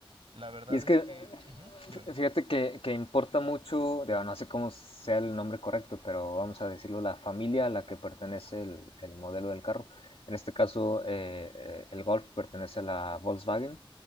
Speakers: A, on the right; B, on the left.
A: La verdad
B: Y es
A: es
B: que
A: que, ujú, dime.
B: Fíjate que, que importa mucho, digo, no sé cómo sea el nombre correcto, pero vamos a decirlo, la familia a la que pertenece el, el modelo del carro. En este caso, eh, eh, el Golf pertenece a la Volkswagen